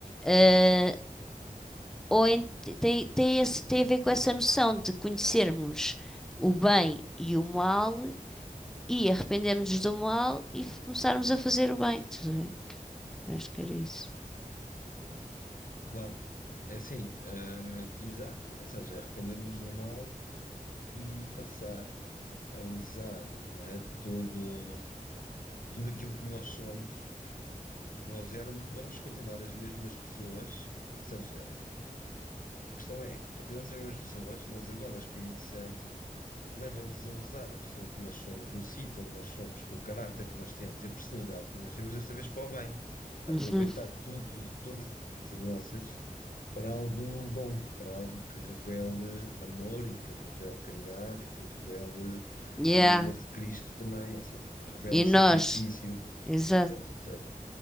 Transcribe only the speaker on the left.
Claro, é assim, eh, exato, ou seja, arrepender-nos no mal e passar a usar, não é, todo, tudo aquilo que nós somos, que nós éramos, vamos continuar as mesmas pessoas, ou seja, a questão é, continuamos as mesmas pessoas, mas agora o Espírito Santo leva-nos a usar a pessoa que nós somos, no sítio onde nós somos, com o caráter que nós temos e a personalidade que nós temos, desta vez para o bem. Aproveitar
tudo, todas as experiências nossas para algo bom, para algo que revele amor e que revele caridade e que revele
o amor de Cristo também, ou seja, que revele
sacrifício.
Entendes? Ou seja,